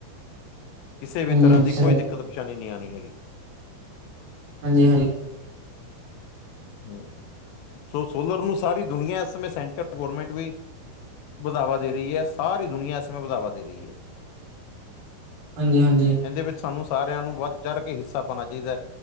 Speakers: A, on the left; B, on the right.
A: ਕਿਸੇ ਵੀ
B: ਹਾਂਜੀ-ਹਾਂਜੀ, ਹਾਂਜੀ-ਹਾਂਜੀ
A: ਤਰ੍ਹਾਂ ਦੀ ਕੋਈ
B: ਸਹੀ ਗੱਲ
A: ਦਿੱਕਤ ਪ੍ਰੇਸਾਨੀ ਨਹੀਂ ਆਉਣੀ ਹੈਗੀ
B: ਹਾਂਜੀ-ਹਾਂਜੀ
A: ਹੂੰ, ਸੋ ਸੋਲਰ ਨੂੰ ਸਾਰੀ ਦੁਨੀਆ ਇਸ ਸਮੇਂ ਸੈਂਟਰ ਗੌਰਮੈਂਟ ਵੀ ਵਧਾਵਾ ਦੇ ਰਹੀ ਏ ਸਾਰੀ ਦੁਨੀਆਂ ਇਸ ਸਮੇ ਵਧਾਵਾ ਦੇ ਰਹੀ ਹੈ
B: ਹਾਂਜੀ- ਹਾਂਜੀ
A: ਇਹਦੇ ਵਿੱਚ ਸਾਨੂੰ ਸਾਰਿਆਂ ਨੂੰ ਵੱਧ ਚੜ੍ਹ ਕੇ ਹਿੱਸਾ ਪਾਉਣਾ ਚਾਹੀਦਾ ਆ,